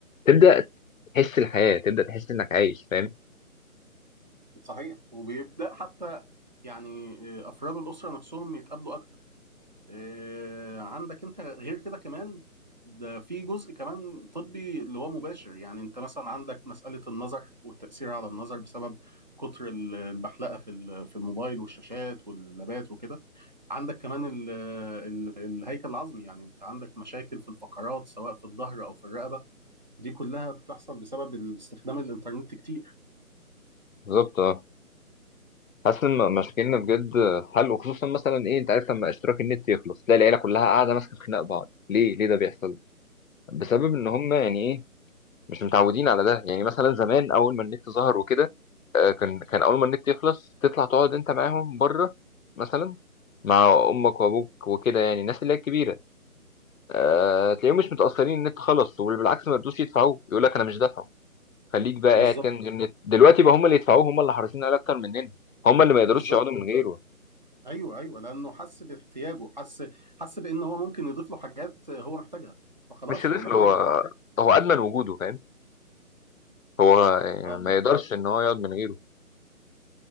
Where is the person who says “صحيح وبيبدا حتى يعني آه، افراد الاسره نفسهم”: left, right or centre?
Right